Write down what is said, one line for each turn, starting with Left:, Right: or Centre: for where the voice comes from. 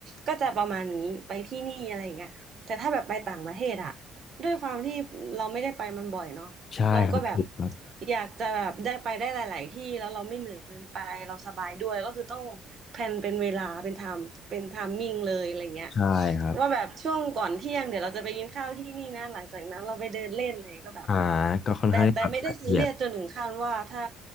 Right: ก็จะประมาณนี้ไปที่นี่อะไรอย่างเงี้ยแต่ถ้าแบบไปต่างประเทศอะด้วยความที่เราไม่ได้ไปมันบ่อยเนาะ
Left: ใช่ครับถูกครับ
Right: เราก็แบบอยากจะแบบได้ไปได้หลายๆที่แล้วเราไม่เหนื่อยเกินไปเราสบายด้วยก็คือต้องแพลนเป็นเวลาเป็นไทม์เป็นไทมมิ่งเลยอะไรเงี้ย
Left: ใช่ครับ
Right: ว่าแบบช่วงก่อนเที่ยงเดี๋ยวเราจะไปกินข้าวที่นี่นะหลังจากนั้นเราไปเดินเล่นอะไรก็แบบ
Left: อ่าก็ค่อนข้างที่แบบละเอียด
Right: แต่แต่ไม่ได้ซีเรียสจนถึงขั้นว่าถ้า